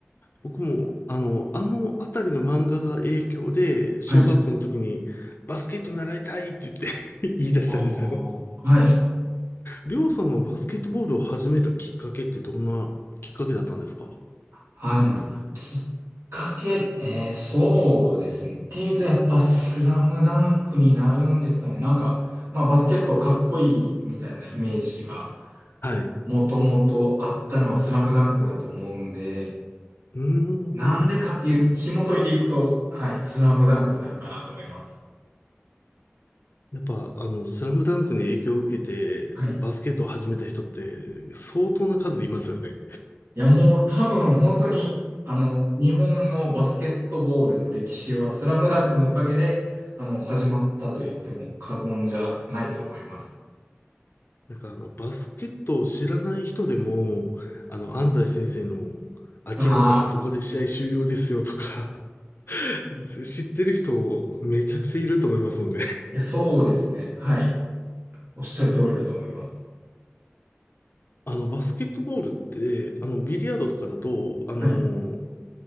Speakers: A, on the left; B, on the right.
A: 僕もあの、あのあたりの漫画が影響で、小学校の時にバスケット習いたいって言って
B: はい。
A: <laughs> 言い出したんですよ。
B: ああ。はい。
A: りょうさんはバスケットボールを始めたきっかけってどんなきっかけだったんですか
B: あ、でも、きっかけ、えー、そうですね。っていうと、やっぱ、スラムダンクになるんですかね。なんか、まあ、バスケットかっこいいみたいなイメージが、
A: はい。
B: もともとあったのはスラムダンクだと思うんで、
A: うーん。
B: なんでかっていう、紐解いていくと、はい、スラムダンクになるかなと思います。
A: やっぱ、あの、スラムダンクに影響を受けて、
B: はい。
A: バスケットを始めた人って、相当な数いますよね。
B: いや、もう多分、本当に、あの、日本のバスケットボールの歴史は、スラムダンクのおかげで、あの、始まったと言っても過言じゃないと思います。
A: なんか、あの、バスケットを知らない人でも、あの、安西先生の、諦めたらそこで試合終了ですよとか、
B: ああ、
A: <laughs> 知ってる人、めちゃくちゃいると思いますもんね。
B: いや、そうですね。はい。おっしゃる通りだと思います。
A: あの、バスケットボールって、あの、ビリヤードとかだと、あの、
B: はい。